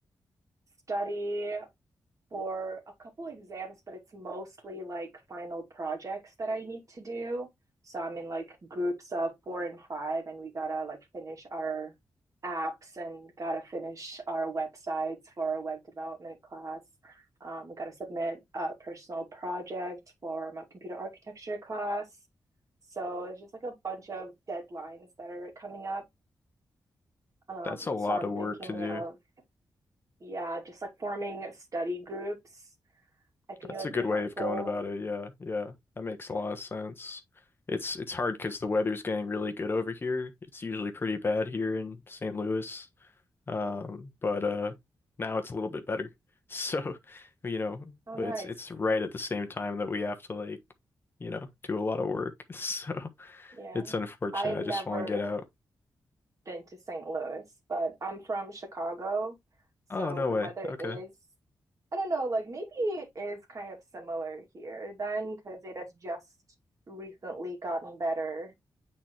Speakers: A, on the right (about 45°); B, on the left (about 30°).
A: study for a couple exams, but it's mostly like final projects that I need to do. So I'm in like groups of four and five, and we gotta like finish our apps and gotta finish our websites for our web development class. Um, we gotta submit a personal project for my computer architecture class. So it's just like a bunch of deadlines that are coming up. Um,
B: That's a lot
A: so I'm
B: of
A: thinking
B: work to do.
A: of yeah, just like forming study groups. I think
B: That's
A: it would
B: a good
A: be helpful.
B: way of going about it. Yeah, yeah. That makes a lot of sense. It's it's hard because the weather's getting really good over here. It's usually pretty bad here in St. Louis. Um, but uh now it's a little bit better. <laughs> So, you know,
A: Oh,
B: but
A: nice.
B: it's it's right at the same time that we have to like, you know, do a lot of work. <laughs> So,
A: Yeah.
B: it's unfortunate.
A: I've never
B: I just want to get out.
A: been to St. Louis, but I'm from Chicago. So
B: Oh, no
A: the
B: way.
A: weather
B: Okay.
A: is, I don't know, like maybe it is kind of similar here then because it has just recently gotten better.